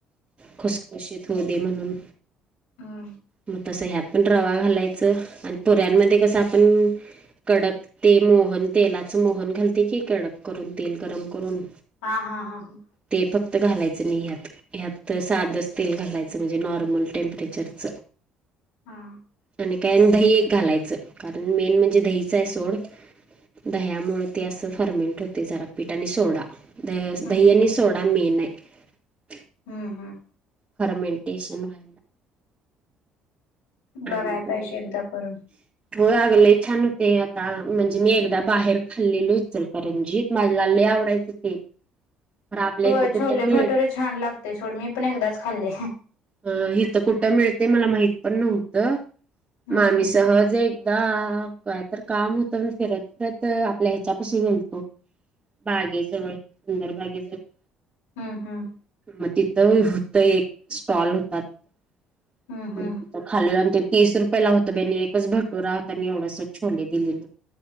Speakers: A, on the right (about 25°); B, on the left (about 80°).
A: खसखुशीत होऊ दे म्हणून
B: हा
A: मग तसं ह्यात पण रवा घालायचं आणि पुोऱ्यांमध्ये कसं आपण कडक ते मोहन तेलाच मोहन घालते की कडक करून तेल गरम करून
B: हा हा हा हा
A: ते फक्त घालायचं नाही आहेतत ह्यात साधच तेल घालायचं म्हणजे नॉर्मल टेम्परेचरचं
B: हा
A: आणि काय दही एक घालायचं कारण मेन म्हणजे दहीचं आहे सोड दह्यामुळे ते असं फर्मेंट होते जरापीठ आणि सोडा द दहनी
B: हम्म
A: सोडा मेन आहे
B: हम्म हम्म
A: फर्मेंटेशन व्हा अ
B: बघाय
A: का
B: पाहिजे एकदा करून
A: ो आगले छान होते आता म्हणजे मी एकदा बाहेर खाल्लेलोचल करंजीत माझ्या लाले आवडायचं ते खर आपल्या
B: होय
A: इथ कुठे
B: छोले
A: मिळल
B: भटुरे छान लागते सोड मी पण एकदाच खाल्ले
A: अ हिथं कुठं मिळते मला माहित पण नव्हतं
B: हम्म
A: मग आम्ही सहज आहे एकदा कायत काम होतं मण फिरत फिरत आपल्या ह्याच्यापशी गेलतो बागेजवळ सुंदर बागेजवळ
B: हम्म हम्
A: मग तिथं होत एक स्टॉल होता तिथ
B: हम्म हम्म
A: खालेलंंत ते तीस रुपयाे ला होतं बेणी एकच भटूरा होता आणि एवढ्यास छोले दिलेले